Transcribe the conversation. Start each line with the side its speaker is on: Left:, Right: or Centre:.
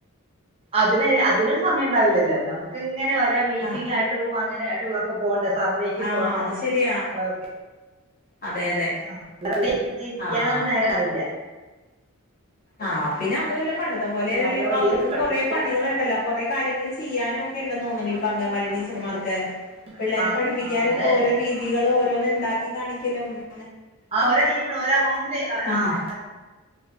Right: അതിന് അതിന് സമയം ഉണ്ടാവില്ലല്ലോ നമുക്ക് ഇങ്ങനെ ഒരോ മീറ്റിങ്ങായിട്ടും
Left: ആഹ്
Right: അങ്ങനെയായിട്ടുംക്കെ പോണ്ടേ സർവേക്ക്
Left: ആഹ്
Right: പോണം
Left: അത് ശരിയാ
Right: പി
Left: അതെ
Right: <unintelligible>
Left: അതെ
Right: ഇരിക്കാനൊന്നും
Left: ആഹ്
Right: നേരണ്ടാവില്ല
Left: ആഹ് പിന്നെ അതുമല്ല പണ്ടത്തെ പോലെയല്ലല്ലോ
Right: നമ്മളെ
Left: ഇപ്പൊ
Right: എന്തെങ്കിലും
Left: അവർക്കും
Right: പഠിപ്പിക്കാൻ
Left: കുറേ പണികളുണ്ടല്ലോ കുറെേ കാര്യങ്ങള് ചെയ്യാനും ഒക്കെ ഉണ്ടെന്ന് തോന്നണ് അംഗവാടി ടീച്ചർമാർക്ക്
Right: ചെയ്യണ്ട.
Left: പിള്ളേരെ
Right: ആ
Left: പഠിപ്പിക്കാനും
Right: ആ, അതെ
Left: ഒക്കെ ഓരോ
Right: ഞാൻ
Left: രീതികൾ ഓരോന്ന് ഉണ്ടാക്കി കാണിക്ക <unintelligible>
Right: <unintelligible> ഒരേ മാസത്തില്
Left: ആഹാ
Right: ആഹ്